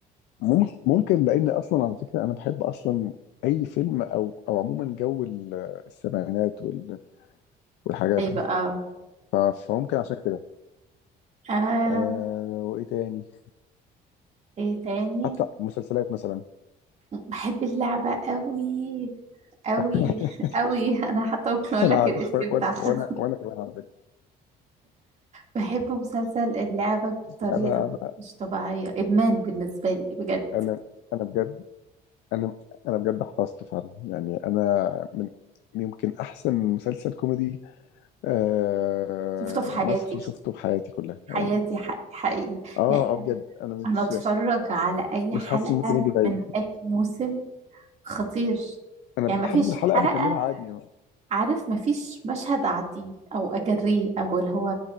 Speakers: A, on the left; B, on the right.
A: ممكن ممكن لان اصلا على فكره انا بحب اصلا اي فيلم او او عموما جو ال- السبعينات وال- والحاجات
B: أيوة
A: دي
B: اه
A: ف- فممكن عشان كده
B: أنا
A: آه وايه تاني
B: إيه تاني
A: حتى مسلسلات مثلا
B: بحب اللعبة قوي قوي
A: <laughs>
B: قوي <laughs> أنا حتى ممكن أقول
A: انا
B: لك
A: عارف
B: الاسم
A: وانا
B: بتاعها
A: وانا وانا كمان على فكره
B: بحب مسلسل اللعبة بطريقة
A: انا انا
B: مش طبيعية إدمان بالنسبة لي بجد
A: انا انا بجد انا انا بجد حفظت فعلا يعني انا من يمكن احسن مسلسل كوميدي آه
B: شفته في حياتي
A: مصري شفته في حياتي كلها
B: حياتي
A: أو-
B: حقيقي, حقيقي.
A: اه
B: يعني
A: اه بجد انا مش
B: أنا أتفرج على أي
A: مش
B: حلقة
A: حاسس ان ممكن يجي زيه
B: من أي موسم خطير
A: انا
B: يعني
A: ب-
B: مفيش
A: حافظ الحلقه
B: حلقة
A: بكملها عادي يعني.
B: عارف مفيش مشهد اعديه او اجريه او اللي هو